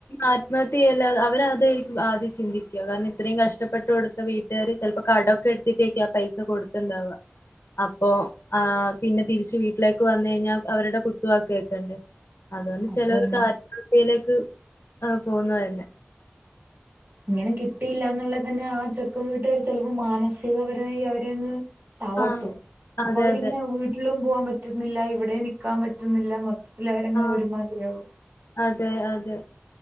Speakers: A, on the left; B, on the right.
A: ആത്മഹത്യല്ല അവരതായിരിക്കും ആദ്യം ചിന്തിക്ക കാരണം ഇത്രയും കഷ്ടപ്പെട്ട കൊടുത്ത വീട്ടിൽ ചിലപ്പോ കടൊക്കെ എടുത്തിട്ട് ആയിരിക്കും ആ പൈസ കൊടുത്തുണ്ടവാ അപ്പോ ആഹ് പിന്നെ തിരിച്ച് വീട്ടിലേക്ക് വന്ന കഴിഞ്ഞാൽ അവരുടെ കുത്തുവാക്ക്കേൾക്കണ്ടെ അതുകൊണ്ട്
B: അത്
A: ചെലര്
B: തന്നെ
A: ആത്മഹതൃയിലേക്ക് പോകുന്നന്നെ
B: ഇങ്ങനെ കിട്ടിയില്ലന്നുള്ളത് തന്നെ ആ ചെക്കൻ വീട്ടുകാർ ചിലപ്പോ മാനസികപരമായി അവരെ അങ്ങ് തളർത്തും
A: ആ
B: അപ്പൊ
A: അതെ
B: അവരിങ്ങനെ
A: അതെ
B: വീട് വീട്ടിലും പോകാൻ പറ്റുന്നില്ല ഇവിടെ നിൽക്കാൻ പറ്റുന്നില്ല മൊത്തത്തിൽ അവരങ്ങ്
A: ആ ആ,
B: ഒരുമാതിരിയാകും
A: അതെ അതെ